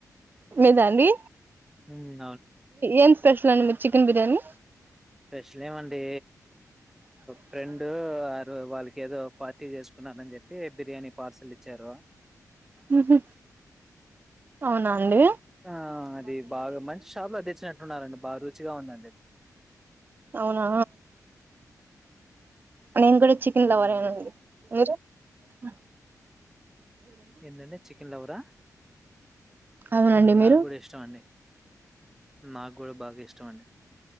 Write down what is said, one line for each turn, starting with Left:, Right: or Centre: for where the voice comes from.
Right: మీదా అండి
Centre: హ్మ్
Right: ఏన్ స్పెషల్ చి చికెన్ బిర్యానీ
Centre: స్పెషల్ ఏమండి ఫ్రెండ్ ఆరు వాళ్ళకి ఏదో పార్టీ చేసుకున్నారని చెప్ప అయితే బిర్యానీ పార్సల్ ఇచ్చారు
Right: ఊహూ అవునా అండి
Centre: ఆ అది బాగా మంచి షాప్ లో తెచ్చినట్టు అంటున్నారండి బాగా రుచిగా ఉందండిది
Right: అవునా నేను కూడా చికెన్
Centre: అవునండి
Right: లవరేనండి మీరు ఆ
Centre: ఎందనే చికెన్లవరా
Right: అవునండి
Centre: ఊ
Right: మీరు
Centre: నాకు కూడా ఇష్టం అండి నాకు కూడా బాగా ఇష్టం అండి